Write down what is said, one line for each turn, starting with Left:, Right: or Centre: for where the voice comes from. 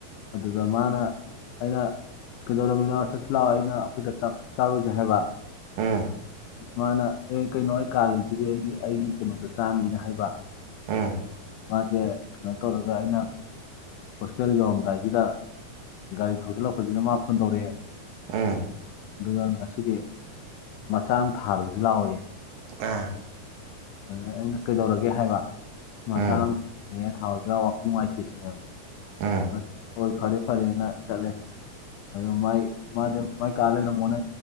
Left: ꯑꯗꯨꯒꯗ ꯃꯥꯅ ꯑꯩꯅ ꯀꯩꯗꯧꯔꯃꯤꯅꯣ ꯆꯠꯁꯤꯜꯂꯥꯛꯑꯣ ꯑꯩꯅ ꯑꯩꯈꯣꯏꯗ ꯆꯥꯔꯨꯁꯦ ꯍꯥꯏꯕ
Right: ꯎꯥ
Left: ꯏꯁꯃꯥꯅ ꯑꯦ ꯀꯩꯅꯣ ꯑꯩ ꯀꯥꯜꯂꯤꯁꯤꯗꯤ ꯑꯩꯒꯤ ꯑꯩꯒꯤ ꯀꯩꯅꯣꯗ ꯆꯥꯅꯤꯅ ꯍꯥꯏꯕ
Right: ꯎꯝ
Left: ꯃꯥꯁꯦ ꯀꯩꯅꯣ ꯇꯧꯔꯒ ꯑꯩꯅ ꯍꯣꯁꯇꯦꯜ ꯌꯧꯔꯝꯗꯥꯏꯁꯤꯗ ꯒꯥꯔꯤ ꯊꯧꯖꯤꯜꯂꯛꯄꯁꯤꯗ ꯃꯥ ꯐꯣꯟ ꯇꯧꯔꯛꯑꯦ
Right: ꯑ
Left: ꯑꯗꯨꯒ ꯉꯁꯤꯗꯤ ꯃꯆꯥꯡ ꯊꯥꯔꯨꯁꯤ ꯂꯥꯛꯏ
Right: ꯑ
Left: ꯑꯗꯨꯗ ꯑꯩꯅ ꯀꯩꯗꯧꯔꯒꯦ ꯍꯥꯏꯕ ꯁꯃꯥꯆꯥꯥ
Right: ꯎꯝ
Left: ꯑꯃ ꯊꯥꯎꯖ ꯋꯥꯈꯜ ꯅꯨꯡꯉꯥꯏꯇꯦꯁꯤꯅꯦꯕ
Right: ꯎꯝ
Left: ꯍꯣꯏ ꯐꯔꯦ ꯐꯔꯦꯅ ꯆꯠꯂꯦ ꯑ ꯃꯥꯏ ꯃꯥꯁꯦ ꯃꯥꯏ ꯀꯥ ꯂꯩꯔꯝꯃꯣꯅ